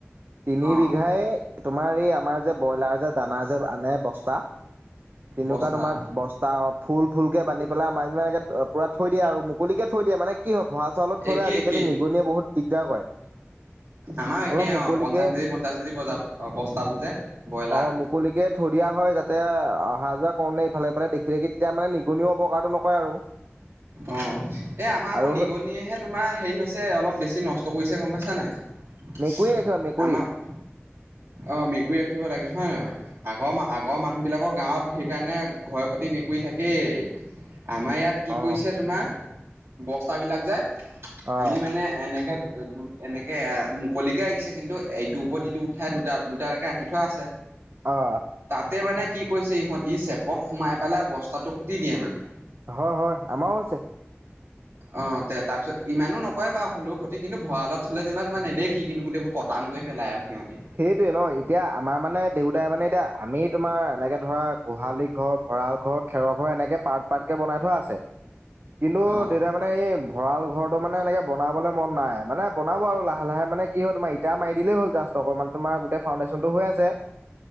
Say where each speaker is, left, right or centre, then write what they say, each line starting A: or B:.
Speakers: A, on the right; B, on the right.
A: তিনি
B: অ
A: বিঘাই তোমাৰ এই আমাৰ যে ব্ৰইলাৰ যে দানা যে আনে বস্তা। তেনেকুৱা
B: বস্তা
A: তোমাৰ
B: অ
A: বস্তা, ফুল ফুল কে বান্ধি পেলাই আমাৰ যেনিবা এনেকে পুৰা থৈ দিয়ে আৰু মুকলিকে থৈ দিয়ে মানে কি হয়, ভঁৰাল চৰালত থলে
B: একেই
A: আজিকালি
B: একেই
A: নিগনিয়ে বহুত দিগদাৰ কৰে।
B: আমাৰো একেই
A: অলপ মুকলিকে
B: অ', পঞ্চাশ কেজি পঞ্চাশ কেজি বস্তাবোৰ যে ব্ৰইলাৰ।
A: অ মুকলিকে থৈ দিয়া হয়, যাতে অহা যোৱা কৰোতে ইফালে সিফালে মানে দেখি ঠাকি, তেতিয়া মানে নিগনিও অপকাৰটো নকৰে আৰু।
B: অ', এ আমাৰ আকৌ
A: আৰু
B: নিগনিয়েহে তোমাৰ হেৰি হৈছে, অলপ বেছি নষ্ট কৰিছে গম পাইছা নে নাই।
A: মেকুৰী ৰাখিবা মেকুৰী
B: আমাৰ অ', মেকুৰী ৰাখিব লাগে হয় নে নহয়। আগৰ, আগৰ মানুহবিলাকৰ গাঁৱত সেইকাৰণে ঘৰে পতি মেকুৰী থাকেই। আমাৰ ইয়াত কি
A: অ
B: কৰিছে তোমাৰ, বস্তাবিলাক যায়।
A: অ
B: আমি মানে এনেকৈ দু এনেকে এ মুকলিকে ৰাখিছে, কিন্তু এইটোৰ ওপৰত ইটো উঠাই দুটা দুটাকে ৰাখি থোৱা আছে।
A: অ',
B: তাতে মানে কি কৈছে ইহঁতি। চেপত সোমাই পেলাই বস্তাটো কুটি দিয়ে মানে।
A: হয় হয়। আমাৰো আছে।
B: অ', তে তাৰপিছত ইমানো নকয় বাৰু হ'লেও ক্ষতি কিন্তু ভঁৰালত থলে যেনিবা তোমাৰ নেদেখি কিন্তু গোটেইবোৰ পতান কৰি পেলায় আৰু সিহঁতি।
A: সেইটোৱে ন, এতিয়া আমাৰ মানে দেউতাই মানে এতিয়া, আমি তোমাৰ এনেকৈ ধৰা গোহালি ঘৰ। ভঁৰাল ঘৰ, খেৰৰ ঘৰ, এনেকে পাৰ্ট পাৰ্ট কে বনাই থোৱা আছে কিন্তু
B: অ'
A: দেউতা মানে মানে এই ভঁৰাল ঘৰটো মানে এনেকে বনাবলৈ মন নাই। মানে বনাব আৰু লাহে লাহে মানে। কি হয় তোমাৰ, ইটা মাৰি দিলেই হ'ল জাষ্ট অকনমান, তোমাৰ গোটেই ফাউণ্ডেশনটো হৈ আছে।